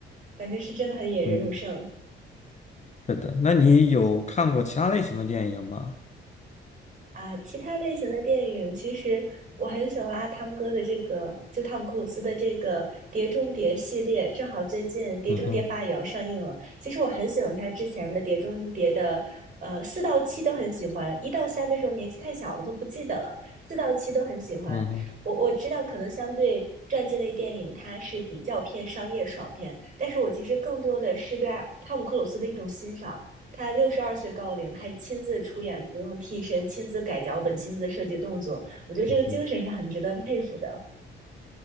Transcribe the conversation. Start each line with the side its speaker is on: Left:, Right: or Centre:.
Right: 感觉是真的很引人入胜。
Left: 嗯。是的，那你有看过其他类型的电影吗？
Right: 啊，其他类型的电影，其实我很喜欢阿汤哥的这个，就汤姆克鲁斯的这个《碟中谍》系列，正好最近《碟中谍八》也要上映了。
Left: 嗯哼，
Right: 其实我很喜欢他之前的《碟中谍》的，呃，四到七都很喜欢，一到三的时候年纪太小了都不记得了，四到七都很喜欢。
Left: 嗯哼，
Right: 我我知道可能相对传记类电影它是比较偏商业爽片，但是我其实更多的是对阿汤姆克鲁斯的一种欣赏。他六十二岁高龄还亲自出演，不用替身，亲自改脚本，亲自设计动作，我觉得这个精神是很值得佩服的。
Left: 嗯哼。